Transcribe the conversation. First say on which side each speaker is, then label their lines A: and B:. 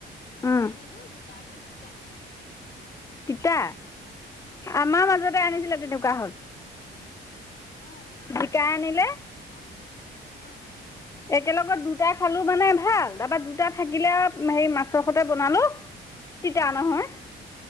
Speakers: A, on the left; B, on the left.
A: কিনি
B: উম
A: আনিলো জিকাবোৰ তিতা।
B: তিতা!
A: তিতা
B: আমাৰ মাজতে
A: জিকাবোৰ
B: আনিছিলে
A: কি
B: তেনেকুৱা
A: খাবি?
B: হ'ল
A: অ',
B: জিকাই আনিলে-
A: অ', অ',
B: একেলগত দুটা খালোঁ মানে ভাল তাৰপৰা দুটা থাকিলে হেৰি মাছৰ সৈতে বনালোঁ- তিতা নহয়।
A: অ',